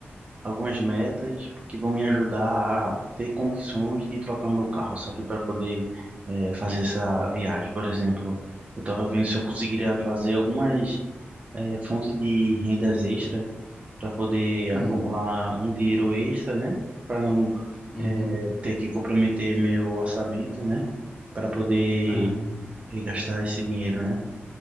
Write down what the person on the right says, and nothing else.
algumas metas que vão me ajudar a ter condições de trocar o meu carro, sabe, para poder é, fazer essa viagem. Por exemplo, eu tava vendo se eu conseguiria fazer algumas é, fonte de rendas extra para poder
acumular um dinheiro extra, né? Para não
é, ter que comprometer meu orçamento, né? Para poder
é, gastar esse dinheiro, né?